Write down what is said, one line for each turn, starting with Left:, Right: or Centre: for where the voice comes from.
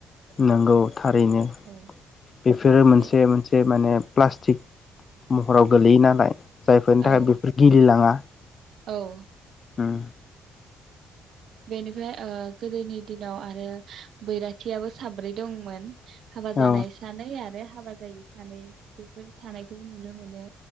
Left: नंगौ थारैनो बे
Right: औ
Left: बेफोरो मोनसे
Right: बे
Left: मोनसे माने प्लास्टिक महराव गोलैयो नालाय जायफोरनि
Right: औ
Left: थाखाय बेफोर गिलिलांङा
Right: औ
Left: उम
Right: बेनिफ्राय ओ गोदोनि दिनाव आरो बैराथियाबो साब्रै दंमोन हाबा जानाय
Left: औ
Right: सानै आरो हाबा जायो सानै बेफोर थानायखौबो नुनो मोनो